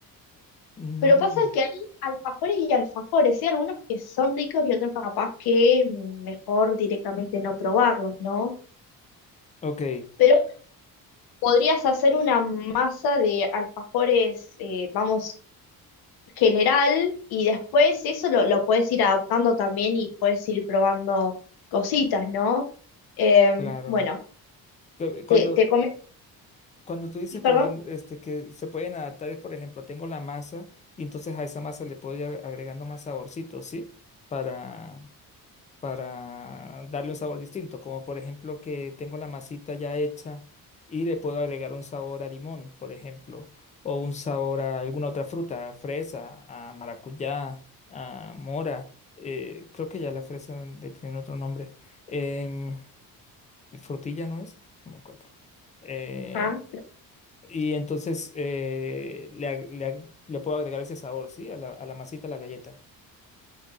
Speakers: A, on the left; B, on the left.
A: No.
B: pero pasa que hay alfajores y alfajores, ¿sí? Algunos que son ricos y otros capaz que mejor directamente no probarlos, ¿no?
A: Ok,
B: Pero podrías hacer una masa de alfajores, eh, vamos, general, y después eso lo, lo puedes ir adaptando también y puedes ir probando cositas, ¿no? Em,
A: claro.
B: bueno,
A: Cu- Cuando,
B: te, te comento,
A: cuando tú dices
B: y perdón.
A: probando, este, que se pueden adaptar, es por ejemplo, tengo la masa y entonces a esa masa le puedo ir agregando más saborcito, ¿sí? Para, para darle un sabor distinto, como por ejemplo que tengo la masita ya hecha y le puedo agregar un sabor a limón, por ejemplo, o un sabor a alguna otra fruta, a fresa, a maracuyá, a mora, eh, creo que ya la fresa le tienen otro nombre, em, frutilla no es, no me acuerdo. Eh,
B: Ah,
A: y entonces eh, le, ag- le ag- le puedo agregar ese sabor, ¿sí? A la, a la masita, a la galleta.